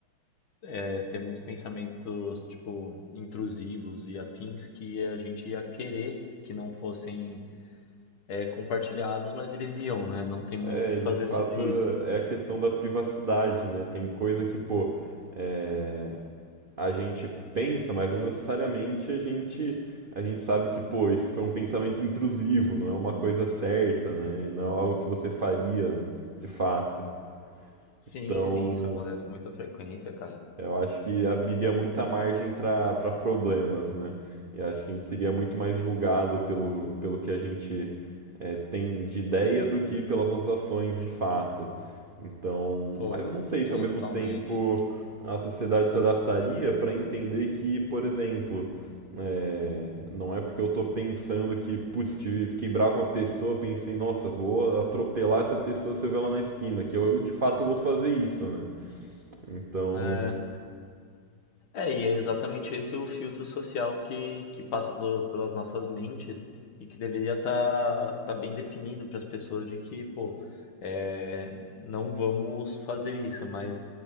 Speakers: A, on the left; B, on the right.
A: é, ter muitos pensamentos, tipo, intrusivos e afins que a gente ia querer que não fossem é, compartilhados, mas eles iam, né? Não tem
B: É,
A: muito o que fazer
B: de fato,
A: É sobre isso.
B: é a questão da privacidade, né? Tem coisa que, pô, é, a gente pensa, mas não necessariamente a gente a gente sabe que, pô, isso foi um pensamento intrusivo, não é uma coisa certa, né? Não é algo que você faria, né, de fato.
A: Sim,
B: Então,
A: sim, isso acontece com muita frequência, cara.
B: eu acho que abriria muita margem para para problemas, né? E acho que a gente seria muito mais julgado pelo, pelo que a gente é, tem de ideia do que pelas nossas ações de fato. Então,
A: Pô,
B: mas eu não sei se
A: totalmente.
B: ao mesmo tempo a sociedade se adaptaria para entender que, por exemplo, é, não é porque eu tô pensando que, putz, tive, fiquei bravo com uma pessoa, pensei, nossa, vou atropelar essa pessoa se eu ver ela na esquina, que eu de fato vou fazer isso, né? Então,
A: É, É, e é exatamente esse o filtro social que, que passa pelo- pelas nossas mentes e que deveria estar tá, tá bem definido para as pessoas de que, pô, é, não vamos fazer isso, mas